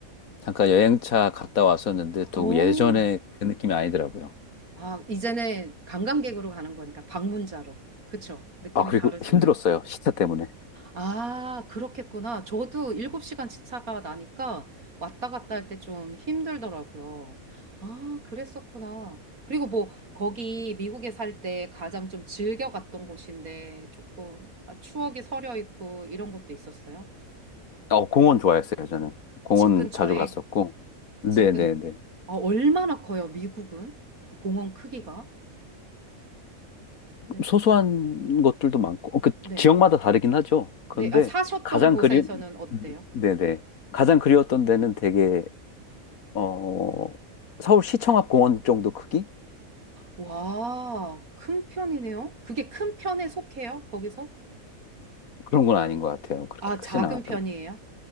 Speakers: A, on the left; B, on the right.
A: 잠깐 여행차 갔다 왔었는데 또
B: 오.
A: 예전에 그 느낌이 아니더라고요.
B: 아, 이제는 관광객으로 가는 거니까 방문자로. 그쵸? 느낌이
A: 아, 그리고
B: 다르죠?
A: 힘들었어요. 시차 때문에.
B: 아, 그렇겠구나. 저도 7시간 시차가 나니까 왔다 갔다 할 때 좀 힘들더라고요. 아, 그랬었구나. 그리고 뭐, 거기 미국에 살 때 가장 좀 즐겨 갔던 곳인데 조금 아, 추억이 서려 있고 이런 것도 있었어요?
A: 어, 공원 좋아했어요, 저는. 공원
B: 집 근처에?
A: 자주 갔었고. 네네네.
B: 집 근, 아, 얼마나 커요, 미국은? 그 공원 크기가? 네.
A: 소소한 것들도 많고, 어, 그
B: 네.
A: 지역마다 다르긴 하죠. 그런데
B: 네. 아, 사셨던
A: 가장
B: 곳에서는
A: 그리,
B: 어때요?
A: 음. 네네. 가장 그리웠던 데는 되게, 어, 서울 시청 앞 공원 정도 크기?
B: 와, 큰 편이네요. 그게 큰 편에 속해요, 거기서?
A: 그런 건 아닌 것 같아요. 그렇게
B: 아,
A: 크진
B: 작은
A: 않았던.
B: 편이에요?